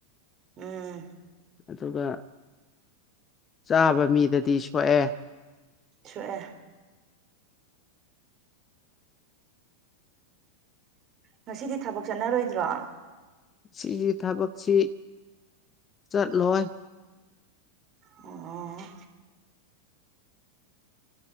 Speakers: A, on the right (about 30°); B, on the left (about 25°).
A: ꯎꯝ
B: ꯑꯗꯨꯒ ꯆꯥꯕ ꯃꯤꯗꯗꯤ ꯁꯣꯛꯑꯦ
A: ꯁꯨꯑꯦ ꯉꯁꯤꯗꯤ ꯊꯕꯛ ꯆꯠꯅꯔꯣꯏꯗ꯭ꯔꯣ
B: ꯁꯤꯒꯤ ꯊꯕꯛꯁꯤ ꯆꯠꯂꯣꯏ
A: ꯑꯣ <inaudible>